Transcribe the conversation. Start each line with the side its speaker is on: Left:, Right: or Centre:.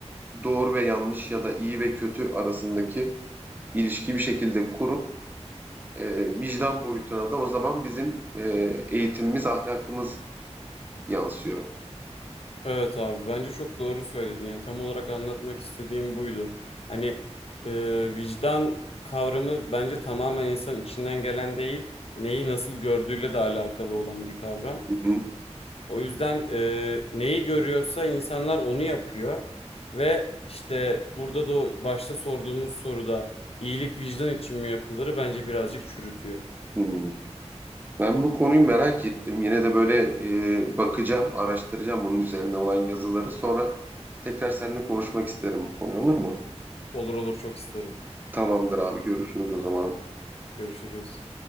Right: doğru ve yanlış ya da iyi ve kötü arasındaki ilişkiyi bir şekilde kurup e, vicdan boyutuna da o zaman bizim e, eğitimimiz, ahlakımız yansıyor.
Left: Evet abi bence çok doğru söyledin. Yani tam olarak anlatmak istediğim buydu. Hani e, vicdan kavramı bence tamamen insan içinden gelen değil, neyi nasıl gördüğüyle de alakalı olan bir kavram.
Right: Hı hı.
Left: O yüzden e, neyi görüyorsa insanlar onu yapıyor ve işte burada da o başta sorduğumuz soruda iyilik vicdan için mi yapılır bence birazcık çürütüyor.
Right: Hı. Ben bu konuyu merak ettim. Yine de böyle e, bakacağım, araştıracağım bunun üzerine olan yazıları. Sonra tekrar seninle konuşmak isterim bu konuyu olur mu?
Left: Olur olur çok isterim.
Right: Tamamdır abi görüşürüz o zaman.
Left: Görüşürüz.